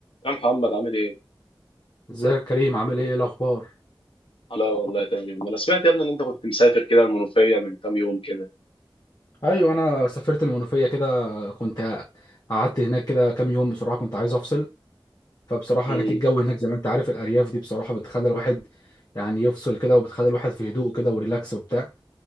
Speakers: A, on the left (about 85°); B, on the left (about 45°).
A: يا محمد عامل ايه؟
B: ازيك يا كريم عامل ايه إيه الاخبار
A: لا والله تمام انا سمعت يا ابني ان انت كنت مسافر كده المنوفية من كام يوم كده
B: ايوه انا سافرت المنوفيه كده كنت قعدت هناك كده كام يوم بصراحه كنت عايز افصل فبصراحه
A: امم
B: هناك الجو هناك زي ما انت عارف الارياف دي بصراحه بتخلي الواحد يعني يفصل كده وبتخلي الواحد في هدوء كده وريلاكس وبتاع